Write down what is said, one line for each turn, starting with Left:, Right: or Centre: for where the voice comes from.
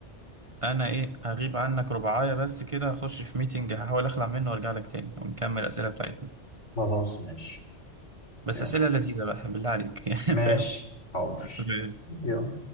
Right: انا ايه هغيب عنك ربعاية بس كده هخش في ميتنج هحاول اخلع منه وارجع لك تاني ونكمل الاسئلة بتاعتنا
Left: خلاص ماشي
Right: بس
Left: يلا
Right: اسئلة لذيذة بقى بالله عليك <laughs> يعني
Left: ماشي
Right: فاهم
Left: حاضر
Right: ماشي
Left: يلا